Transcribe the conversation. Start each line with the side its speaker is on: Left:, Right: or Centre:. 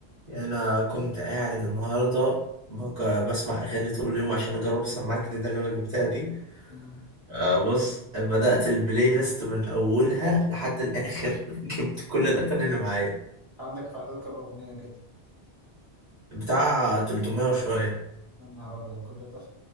Right: يعني انا كنت قاعد النهارده بج- بسمع اغاني طول اليوم عشان اجرب السماعه الجديده اللي انا جبتها دي
Left: مم.
Right: آه، بص بدات البلاي ليست من اولها لحد الاخر <laughs> جبت كل الاغاني اللي معايا
Left: انت عندك في اعداد كام اغنيه كده
Right: بتاع 300 وشويه
Left: يا نهار ابيض كل ده